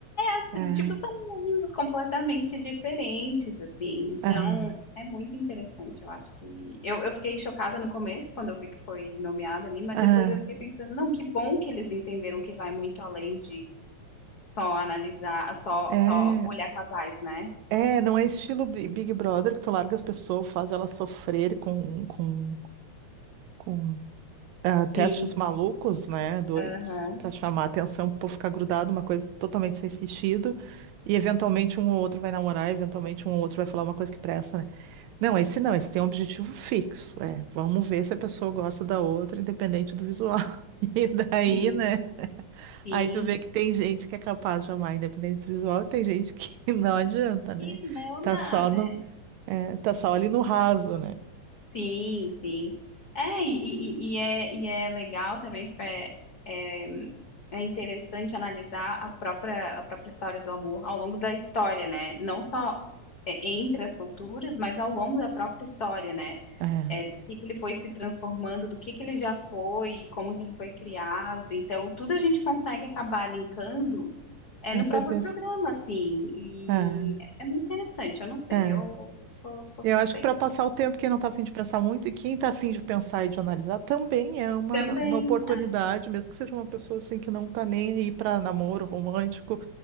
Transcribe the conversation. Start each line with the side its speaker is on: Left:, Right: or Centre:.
Left: assim,
Right: é,
Left: tipo, são mundos completamente diferentes, assim.
Right: aham,
Left: Então, é muito interessante. Eu acho que. Eu, eu fiquei chocada no começo, quando eu vi que foi nomeado ali, mas
Right: aham,
Left: depois eu fiquei pensando, não, que bom que eles entenderam que vai muito além de só analisar, só,
Right: é,
Left: só olhar
Right: é.
Left: casais, né?
Right: É, não é estilo Bi- Big Brother que tu larga as pessoas, faz elas sofrer com, com, com ah,
Left: Sim.
Right: testes malucos, né? Doidos,
Left: Aham.
Right: pra chamar atenção, pro povo ficar grudado, uma coisa totalmente sem sentido. E eventualmente um ou outro vai namorar, eventualmente um ou outro vai falar uma coisa que presta, né? Não, esse não, esse tem um objetivo fixo. É, vamos ver se a pessoa gosta da outra, independente do visual. <laughs> E daí,
Left: Sim.
Right: né?
Left: Sim.
Right: Aí tu vê que tem gente que é capaz de amar independente visual e tem gente que <laughs> não adianta, né?
Left: Que não
Right: Tá
Left: dá,
Right: só
Left: né?
Right: no, é, tá só ali no raso, né?
Left: Sim, sim. É, e, e, e e é, e é legal também, tipo, é, é, é interessante analisar a própria, a própria história do amor ao longo da história, né? Não só é, entre as culturas, mas ao longo da própria história, né?
Right: É, é, é,
Left: É, do que que ele foi se transformando, do que que ele já foi, como que ele foi criado. Então, tudo a gente consegue acabar linkando é,
Right: com
Left: no
Right: certeza.
Left: próprio programa, assim. E
Right: É,
Left: é é muito interessante, eu não sei,
Right: é.
Left: eu, eu sou, sou
Right: Eu
Left: suspeita.
Right: acho que para passar o tempo, quem não está afim de pensar muito, e quem está afim de pensar e de analisar, também é uma,
Left: Também,
Right: uma oportunidade, mesmo que seja uma pessoa assim que não está nem aí para namoro romântico,